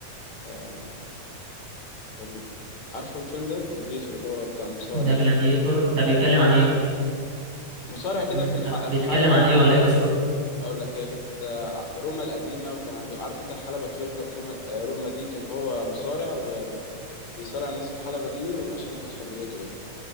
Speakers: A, on the left; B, on the right.
A: آه... ال... عارفه الفيلم ده جلاديتور اللي هو بتاع المصارع
B: ده جلاديتور ده بيتكلم عن ايه
A: المصارع كده
B: أم،
A: في الح...
B: لا بيتكلم
A: في حلبة
B: عن ايه
A: في-
B: ولا ايه قصته
A: اقول لك هي كانت آه، في روما القديمه وكان عنده عارف انت الحلبة الكبيره بتاعت روما آه، روما دي كان هو مصارع وبيصارع الناس في الحلبة دي عشان ياخد حريته يعني